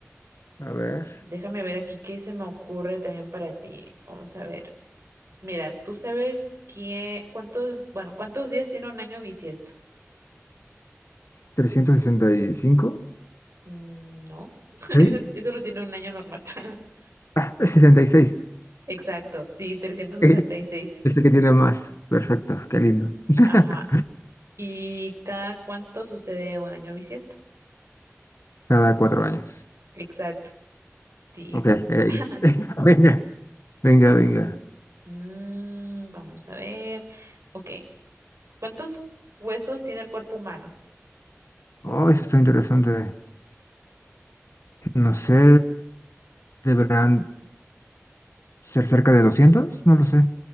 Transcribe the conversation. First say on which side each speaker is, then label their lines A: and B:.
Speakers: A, on the left; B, on the right.
A: A ver.
B: déjame ver aquí qué se me ocurre también para ti. Vamos a ver. Mira, ¿tú sabes qué, cuántos, bueno, cuántos días tiene un año bisiesto?
A: trescientos sesenta y cinco
B: Mm, no, <laughs>
A: seis
B: eso, eso lo tiene un año normal. <laughs>
A: Ah, <laughs> es sesenta y seis
B: Exacto, sí, trescientos sesenta
A: <laughs>
B: y seis.
A: Este que tiene más. Perfecto, qué lindo. <laughs>
B: Ajá. ¿Y cada cuánto sucede un año bisiesto?
A: Cada cuatro años.
B: Exacto, sí.
A: Ok, eh,
B: <laughs>
A: <laughs> venga, venga, venga.
B: Mm, vamos a ver. Ok. ¿Cuántos huesos tiene el cuerpo humano?
A: Oh, eso está interesante. No sé, deberán ser cerca de doscientos no lo sé.